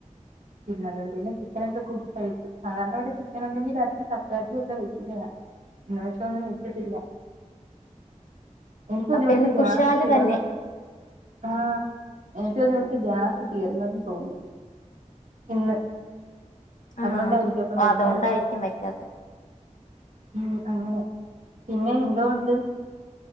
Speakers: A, on the right (about 80°); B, on the left (about 75°).
A: പിന്നെ അതോണ്ട് പിന്നെ ചിക്കാനൊക്കെ കൂട്ടി കഴിച്ചു. സാധാരണ ഇവിടെ ചിക്കനൊ ണ്ടെങ്കിൽ രാത്രി ചപ്പാത്തിയൊക്കെ വെക്കുന്നയാ. ഇന്ന് വെച്ചോണ്ട് ഇന്ന് വെച്ചിട്ടില്ല. എനിക്കോന്ന്
B: അപ്പൊ
A: ഇവിടത്തെ
B: ഇന്ന്
A: ഗ്യാസ്
B: കുശാല്
A: തീർന്ന
B: തന്നെ
A: ആഹ് എനിക്കോന്ന് ഇവിട്ത്തെ ഗ്യാസ് തീർന്നന്ന് തോന്നി. ഇന്ന്.
B: ആഹ്
A: അതോണ്ടായിരിക്കും ഇപ്പം വെ
B: അതുകൊണ്ടായിരിക്കും
A: ക്യാത്തെ.
B: വെക്കാത്തെ
A: ഉം അങ്ങനെ പിന്നെ, എന്തോ ഉണ്ട്?